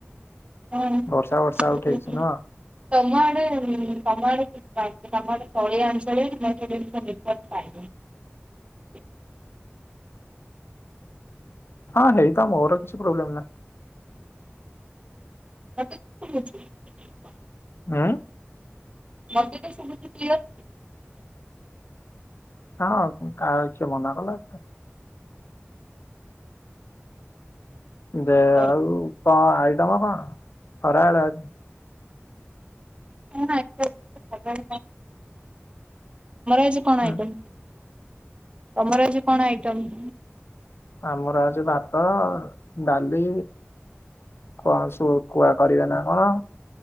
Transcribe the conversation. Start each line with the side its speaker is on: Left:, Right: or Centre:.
Right: ହଁ
Left: ବର୍ଷା ବର୍ଷା
Right: ତମଆଡେ
Left: ଉଠେଇଛି ନୁହଁ
Right: ତମଆଡ଼େ ତଳିଆ ଅଞ୍ଚଳିଆ <unintelligible> ନେଟୱର୍କ ପାଏନି। <inaudible>
Left: ହଁ ହେଇଥାଉ ମୋର କିଛି ପ୍ରୋବ୍ଲେମ୍ ନାହିଁ।
Right: <unintelligible>
Left: ଉଁ
Right: <unintelligible>
Left: ହଁ କା ଇଛ ମନା କଲା ଦେ
Right: ତ।
Left: ଆଉ କଣ ଆଇଟମ କଣ ଖରାବେଳେ ଆ
Right: <unintelligible> ତମର ଆଜି କଣ
Left: ହୁଁ
Right: ଆଇଟମ୍? ତମର ଆଜି କଣ ଆଇଟମ?
Left: ଆମର ଆଜି ଭାତ ଡାଲି କଣ ସୁକୁଆ କରିବେ ନା କଣ